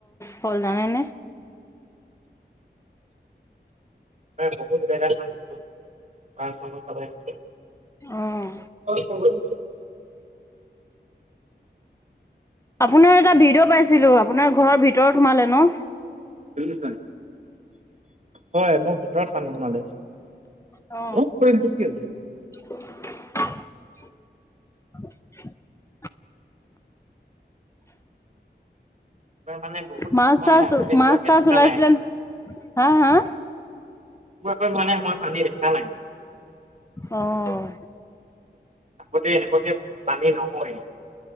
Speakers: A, on the left (about 15°); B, on the right (about 40°).
A: হ'ল জানেনে?
B: নাই বহুত জেগাত <unintelligible>
A: অ'।
B: <unintelligible>
A: আপোনাৰ এটা ভিডিঅ' পাইছিলোঁ, আপোনাৰ ঘৰৰ ভিতৰত সোমালে ন?
B: <unintelligible> হয়, মোৰ ভিতৰত পানী সোমালে
A: অ'।
B: <unintelligible>
A: <inaudible> <unintelligible>
B: মানে বহুত
A: মাছ
B: মই
A: চাছ,
B: আগতে এনেকুৱাকে
A: মাছ চাছ
B: দেখা
A: ওলাইছিলে
B: নাই
A: হা হা?
B: <unintelligible> ধৰণে মই পানী দেখা নাই।
A: অ'।
B: আগতে এনেকুৱাকে পানী নহয়ে,